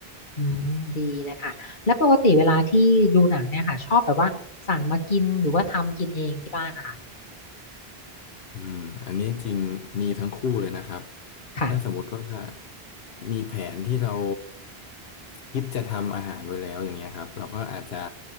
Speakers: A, on the left (about 50°); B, on the left (about 75°).
A: อืมดีนะคะแล้วปกติเวลาที่ดูหนังเนี่ยค่ะชอบแบบว่าสั่งมากินหรือว่าทำกินเองที่บ้านนะคะ
B: อืมอันนี้จริงมีทั้งคู่เลยนะครับ
A: ค่ะ
B: ถ้าสมมติว่ามีแผนที่เราคิดจะทำอาหารไว้แล้วอย่างเงี้ยครับเราก็อาจจะ